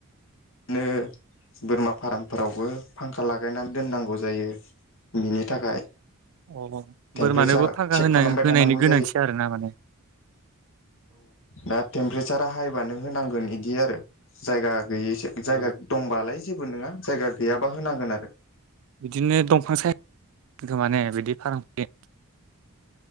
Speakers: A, on the left; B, on the right.
A: बिदिनो बोरमा फार्मफोरावबो फांखा लागायनानै दोननांगौ जायो। बिनि थाखाय
B: अ
A: टेमपारेसार
B: बोरमानोबो फागा
A: चेक
B: होनाय
A: खालामबाय
B: होनायनि
A: थानांगौ।
B: गोनांथि
A: औ
B: आरोना माने
A: दा टेमपारेसारा हाइबानो होनांगोन बिदि आरो जायगा गैयिसो जायगा
B: ओ
A: दंबालाय। जेबो नङा जायगा गैयाबा होनांगोन आरो।
B: बिदिनो दंफां साया <inaudible> माने बिदि फाराम <inaudible>